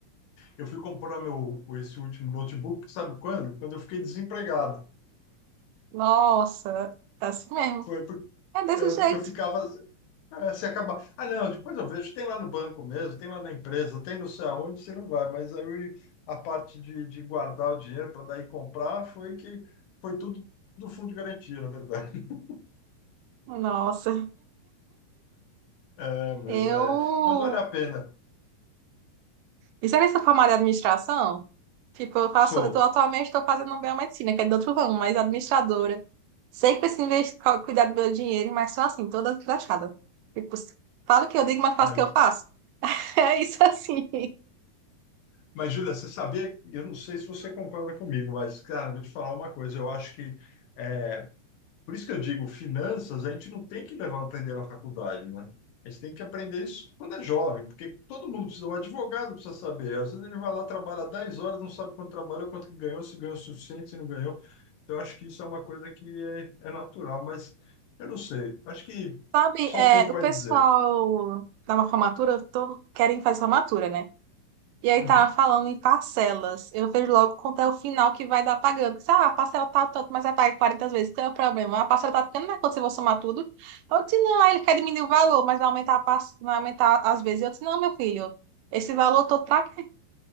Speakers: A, on the left; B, on the right.
A: eu fui comprar meu esse último notebook, sabe quando? Quando eu fiquei desempregado.
B: nossa, é assim mesmo.
A: Foi por-
B: É desse
A: é,
B: jeito.
A: porque eu ficava É, se acabar. Ah, não, depois eu vejo. Tem lá no banco mesmo, tem lá na empresa, tem não sei aonde, você não vai. Mas aí a parte de, de guardar o dinheiro para daí comprar foi que foi tudo do fundo de garantia, na verdade. <laughs>
B: Nossa,
A: É, mas,
B: eu.
A: é, mas vale a pena.
B: Isso era essa formada de administração? Tipo, eu faço,
A: Sou.
B: eu tô, atualmente estou fazendo biomedicina, que é de outro ramo, mas administradora. Sei que preciso investir, cu- cuidar do meu dinheiro, mas só assim, toda desgraçada. Tipo, falo o que eu digo, mas faço
A: Ah,
B: o que eu faço. <laughs> É isso assim.
A: Mas, Júlia, você sabia? Eu não sei se você concorda comigo, mas, cara, vou te falar uma coisa. Eu acho que. é, Por isso que eu digo, finanças, a gente não tem que levar a aprender na faculdade, né? A gente tem que aprender isso quando é jovem, porque todo mundo precisa, o advogado precisa saber. Às vezes ele vai lá, trabalha 10 horas, não sabe quanto trabalhou, quanto que ganhou, se ganhou o suficiente, se não ganhou. Então, eu acho que isso é uma coisa que é, é natural, mas eu não sei. Acho que
B: Sabe,
A: só
B: é,
A: o tempo vai
B: o pessoal
A: dizer.
B: da uma formatura, eu tô, querem fazer formatura, né? E aí
A: Uhum.
B: tava falando em parcelas. Eu vejo logo quanto é o final que vai dar pagando. Disse, Ah, a parcela tá tanto, mas vai pagar 40 vezes. Qual é o problema? A parcela tá ficando, mas quando você for somar tudo. Eu disse, não, aí ele quer diminuir o valor, mas vai aumentar, a parce- vai aumentar as vezes. Eu disse, não, meu filho, esse valor todo pra quê?